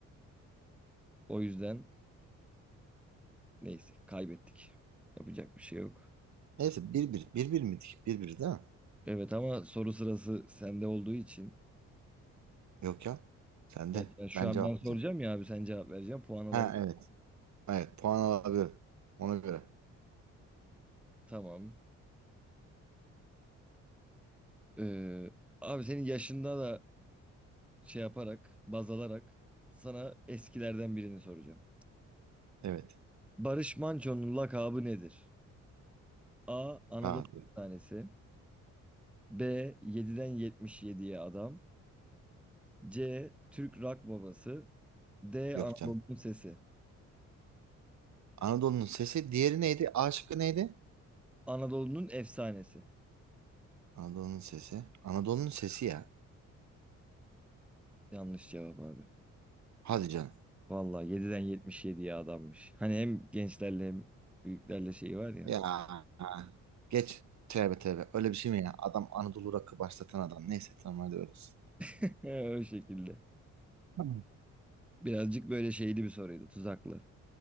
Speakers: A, in the centre; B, on the right.
A: O yüzden neyse kaybettik. Yapacak bir şey yok.
B: Neyse bir bir. Bir bir miydik? Bir bir değil mi?
A: Evet ama soru sırası sende olduğu için.
B: Yok ya. Sen
A: Evet
B: de.
A: ben şu
B: Ben
A: an
B: cevaplayacağım.
A: ben soracağım ya abi sen cevap vereceksin. Puan alabilir.
B: Ha evet. Evet. Puan alabilirim. Ona göre.
A: Tamam. Ee, abi senin yaşında da şey yaparak baz alarak sana eskilerden birini soracağım.
B: Evet.
A: Barış Manço'nun lakabı nedir? A. Anadolu
B: Ha, dur.
A: tanesi. B. 7'den 77'ye adam. C. Türk rock babası. D.
B: yok
A: Anadolu'nun
B: canım.
A: sesi.
B: Anadolu'nun sesi. Diğeri neydi? A şıkkı neydi?
A: Anadolu'nun efsanesi.
B: Anadolu'nun sesi. Anadolu'nun sesi ya.
A: Yanlış cevap abi.
B: Hadi canım.
A: Valla Vallahi 7'den 77'ye adammış. Hani hem gençlerle hem büyüklerle şeyi var ya.
B: Ya. Geç. Tövbe tövbe. Öyle bir şey mi ya? Adam Anadolu rakı başlatan adam. Neyse tamam hadi orası.
A: <laughs> O şekilde.
B: Tamam.
A: Birazcık böyle şeyli bir soruydu. Tuzaklı.